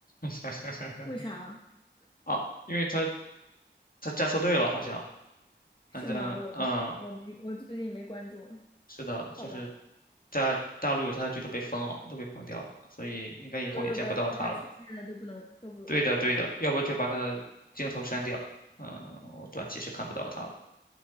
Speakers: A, on the left; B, on the left.
A: <laughs>
B: 为啥？
A: 啊，因为他他站错队了，好像，
B: 是吗？
A: 反正嗯，
B: 我都我没我最近没关注，
A: 是的，
B: 好吧，
A: 就是在大陆有他的剧都被封了，都被封掉了，所以应该以后也见不到他了。
B: 所有的他出现的都不能都不，
A: 对的，对的，
B: 我的天，
A: 要不就把他的镜头删掉，嗯，我短期是看不到他了。